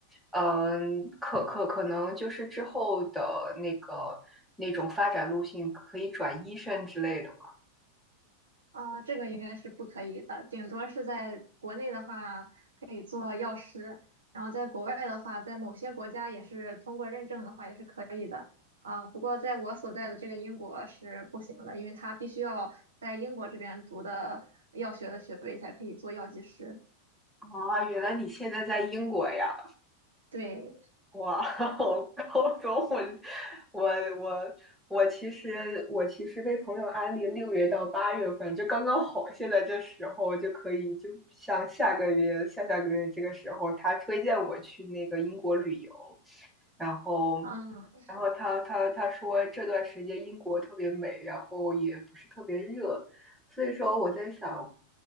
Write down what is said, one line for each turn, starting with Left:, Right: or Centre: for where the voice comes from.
Centre: 嗯，可可可能就是之后的那个那种发展路线可以转医生之类的嘛。
Right: 啊，这个应该是不可以的，顶多是在国内的话可以做药师，然后在国外的话，在某些国家也是通过认证的话也是可以的。啊，不过在我所在的这个英国是不行的，因为他必须要在英国这边读的药学的学位才可以做药剂师。
Centre: 啊，原来你现在在英国呀？
Right: 对，
Centre: 哇，<laughs> 我高中我我我我其实我其实被朋友安利六月到八月份就刚刚好，现在这时候就可以，就像下个月下下个月这个时候，他推荐我去那个英国旅游，然后
Right: 啊
Centre: 然后他他他说这段时间英国特别美，然后也不是特别热，所以说我在想